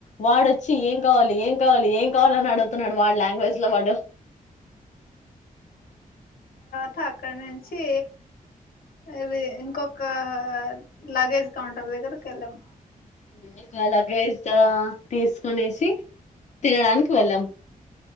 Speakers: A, on the left (about 50°); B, on the left (about 85°).
A: వాడొచ్చి ఏం కావాలి, ఏం కావాలి, ఏం కావాలని అడుత్ తూన్నాడు. వాడ్ లాంగ్వేజ్ లో వాడు
B: త అక్కనుంచి ఇవి ఇంకొక ఆ లగేజ్ కౌంటర్ దగ్గర్ కెళ్ళాం.
A: ఉమ్ ఇంకా లగేజ్ దా తీసుకొనేసి, తినడానికి వెళ్ళాం.